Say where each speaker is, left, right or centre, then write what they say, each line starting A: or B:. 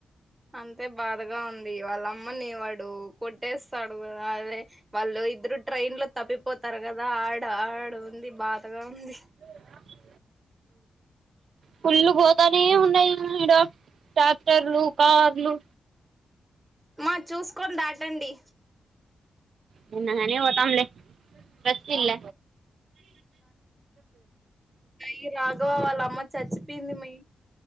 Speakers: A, on the right; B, on the right.
A: అంతే బాధగా ఉంది వాళ్ళ అమ్మని వాడు కొట్టేస్తాడు కదా అదే వాళ్ళు ఇద్దరు ట్రైన్ లో తప్పిపోతారు కదా ఆడ ఆడు ఉంది బాధగా ఉంది
B: అ పుల్ళగా పోతనే ఉన్నాయి ఇడ ట్రాక్టర్లు కార్లు
A: మా చూసుకొని దాటండి
B: చిన్నగానే పోతంలే రెస్ట్ ఇల్ల
A: య రాఘవ వాళ్ళ అమ్మ చచ్చిపోయింది మే